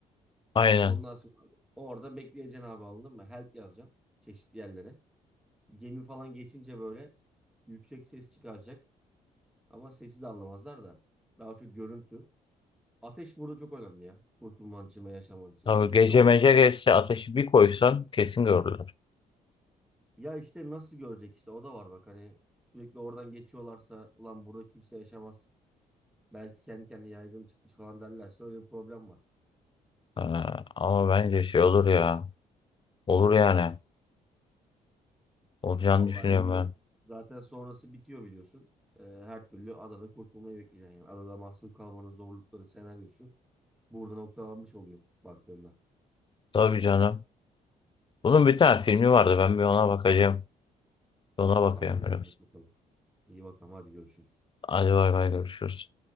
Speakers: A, on the left (about 30°); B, in the centre.
A: Aynen.
B: Ondan sonra orada bekleyeceksin abi anladın mı? Help yazacaksın çeşitli yerlere. Gemi falan geçince böyle yüksek ses çıkaracak. Ama sesi de anlamazlar da. Daha çok görüntü. Ateş burada çok önemli ya. Kurtulman için ve yaşaman için.
A: Tabii
B: Ateşi
A: gece
B: orada
A: mece geçse ateşi bir koysan kesin görürler.
B: ya işte nasıl görecek işte o da var bak hani sürekli oradan geçiyorlarsa ulan burada kimse yaşamaz. Belki kendi kendine yaygın çıkmış falan derlerse öyle bir problem var.
A: Ee, ama bence şey olur ya. Olur yani. Olacağını
B: Vallahi
A: düşünüyorum
B: bilmiyorum.
A: ben.
B: Zaten sonrası bitiyor biliyorsun. Ee, her türlü adada kurtulmayı bekleyeceksin yani. Adada mahsur kalmanın zorlukları senaryosu burada noktalanmış oluyor baktığında.
A: Tabii canım. Bunun bir tane filmi vardı. Ben bir ona bakacağım. Ona
B: Tamam
A: bakıyorum
B: tamam yani
A: biraz.
B: bak bakalım. İyi bakalım hadi görüşürüz.
A: Hadi bay bay görüşürüz.